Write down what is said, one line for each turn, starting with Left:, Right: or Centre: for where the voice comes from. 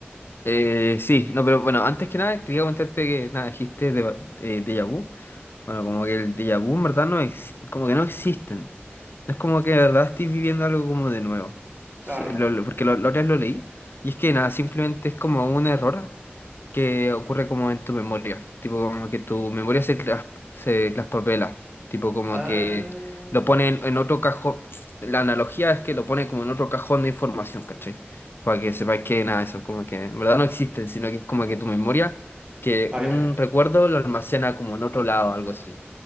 Left: Eh, sí, no, pero bueno, antes que nada quería comentarte que nada, dijiste de, eh, déjà vu. Bueno,
Right: Sí,
Left: como que el déjà vu en verdad no ex- como que no existen. No es como que de verdad estoy viviendo algo como de nuevo.
Right: claro.
Left: S- lo- lo- porque lo- la otra vez lo leí. Y es que nada, simplemente es como un error que ocurre como en tu memoria, tipo como que tu memoria se, tras- se traspapela, tipo como
Right: Ah,
Left: que lo pone en, en otro cajón, la analogía es que lo pone como en otro cajón de información, ¿cachai? Para que sepáis que nada, de eso, como que en verdad no existen, sino que es como que tu memoria, que
Right: vaya.
Left: un recuerdo lo almacena como en otro lado, algo así.